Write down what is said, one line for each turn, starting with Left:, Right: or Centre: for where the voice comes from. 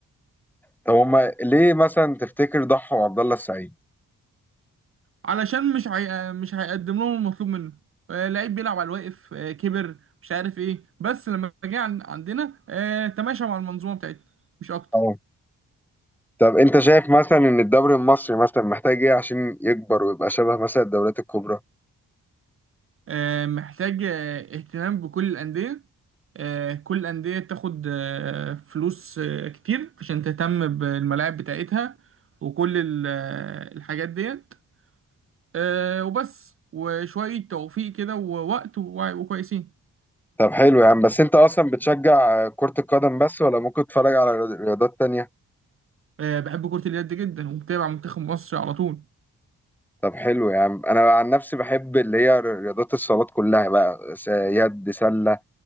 Centre: طب هما ليه مثلا تفتكر ضحوا عبد الله السعيد
Right: علشان مش هي... مش هيقدم لهم المطلوب منه آه، لعيب بيلعب على الواقف آه، كبر مش عارف ايه بس لما جه عن- عندنا آه، تماشى مع المنظومه بتاعتنا مش اكتر
Centre: اه طب انت شايف مثلا ان الدوري المصري مثلا محتاج ايه عشان يكبر ويبقى شبه مثلا الدوريات الكبرى
Right: آه، محتاج آه، اهتمام بكل الانديه آه، كل الانديه تاخد آه، فلوس آه، كتير عشان تهتم بالملاعب بتاعتها وكل ال- آه، الحاجات ديت آه، وبس وشويه توفيق كده ووقت ووع- وكويسين
Centre: طب حلو يا عم بس انت اصلا بتشجع آه، كرة القدم بس ولا ممكن تتفرج على رياض- رياضات تانية
Right: آه، بحب كره اليد جدا ومتابع منتخب مصر على طول
Centre: طب حلو يا عم انا عن نفسي بحب اللي هي رياضات الصالات كلها بقى س- يد سلة